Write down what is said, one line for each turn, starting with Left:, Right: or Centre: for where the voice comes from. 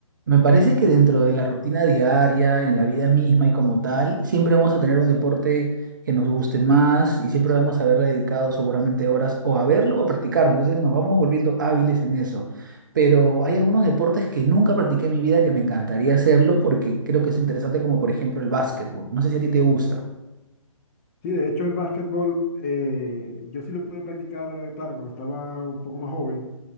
Right: Me parece que dentro de la rutina diaria, en la vida misma y como tal, siempre vamos a tener un deporte que nos guste más y siempre vamos a haberle dedicado seguramente horas o a verlo o practicarlo. Entonces nos vamos volviendo hábiles en eso. Pero hay algunos deportes que nunca practiqué en mi vida que me encantaría hacerlo porque creo que es interesante, como por ejemplo el básquetbol. No sé si a ti te gusta.
Left: Sí, de hecho el básquetbol, eh, yo sí lo pude practicar, eh, claro, cuando estaba un poco más joven,